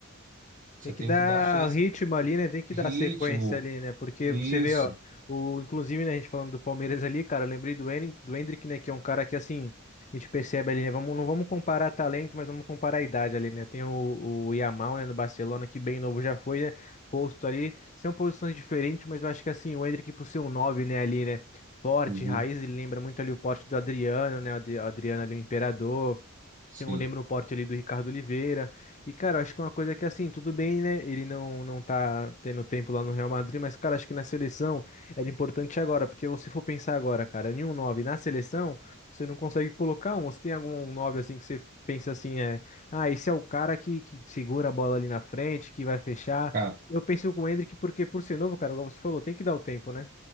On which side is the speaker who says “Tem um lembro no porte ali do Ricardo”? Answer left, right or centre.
Left